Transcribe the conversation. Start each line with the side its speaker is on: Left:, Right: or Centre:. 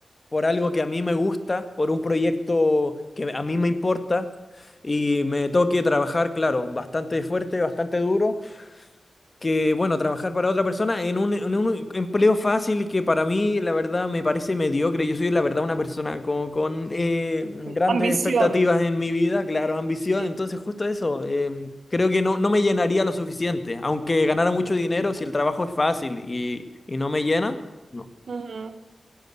Left: por algo que a mí me gusta, por un proyecto que a mí me importa y me toque trabajar, claro, bastante fuerte, bastante duro, que bueno, trabajar para otra persona en un, en un empleo fácil que para mí la verdad me parece mediocre. Yo soy la verdad una persona con, con, eh, grandes
Right: ambición.
Left: expectativas en mi vida, claro, ambición,
Right: Sí.
Left: entonces justo eso, em, creo que no, no me llenaría lo suficiente, aunque ganara mucho dinero si el trabajo es fácil y, y no me llena. no
Right: Ujú.